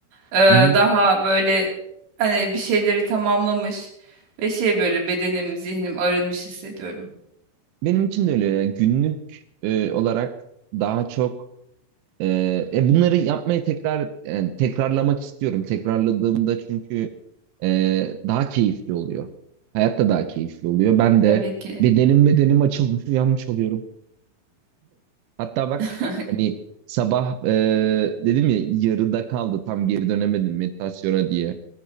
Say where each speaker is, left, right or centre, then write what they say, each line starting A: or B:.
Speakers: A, on the right; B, on the right.
A: e,
B: Hı-hı.
A: daha böyle hani bir şeyleri tamamlamış ve şey böyle bedenim, zihnim arınmış hissediyorum.
B: Benim için de öyle. Yani günlük e, olarak daha çok e, e, bunları yapmayı tekrar yani tekrarlamak istiyorum. Tekrarladığımda çünkü e, daha keyifli oluyor. Hayat da daha keyifli oluyor. Ben
A: Tabii
B: de
A: ki.
B: bedenim bedenim açılmış uyanmış oluyorum. Hatta bak
A: <laughs>
B: hani sabah e, dedim ya yarıda kaldı tam geri dönemedim meditasyona diye.